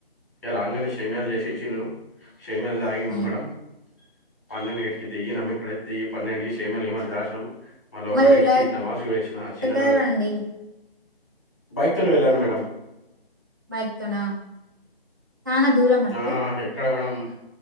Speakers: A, on the left; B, on the right.
A: రాంగనే సేమియాలు చేసిచ్చీన్లు, సేమియాలు దాగినం
B: ఉమ్
A: మేడం పన్నెండు ఇంటి కి దిగినం అక్కడఅయితే పన్నెంటికి సేమియాలు గిమియాలు వేసినం మళ ఒక
B: మరి
A: ఒకటి
B: ఎలా
A: ఇంటికి నమాజ కు పోయి వచ్చిన
B: వెళ్లారు
A: చూడు
B: అండి
A: బైక్ తోనే వెళ్ళాను మేడం
B: బైక్ తోనా చానా దూరం అండి,
A: ఆ ఎక్కడ మేడం